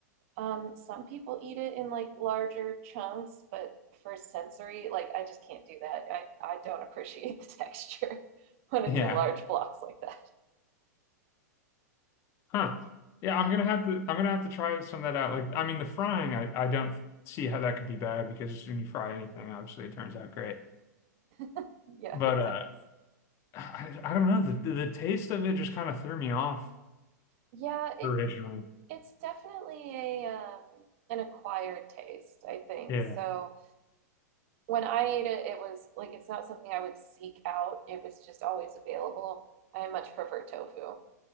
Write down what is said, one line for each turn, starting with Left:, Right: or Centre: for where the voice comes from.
Right: Um, some people eat it in like larger chunks, but for sensory, like I just can't do that. I, I don't appreciate the texture <laughs> when it's
Left: Yeah.
Right: in large blocks like that.
Left: Huh. Yeah, I'm
Right: Yeah.
Left: gonna have to I'm gonna have to try some of that out. Like, I mean, the frying, I, I don't see how that could be bad because when you fry anything, obviously it turns out great.
Right: <laughs> yeah,
Left: But
Right: it
Left: uh
Right: does.
Left: I, I don't know. The, the taste of it just kind of threw me off
Right: Yeah, it
Left: originally.
Right: it's definitely a um an acquired taste, I think.
Left: Yeah.
Right: So when I ate it, it was like it's not something I would seek out. It was just always available. I much prefer tofu.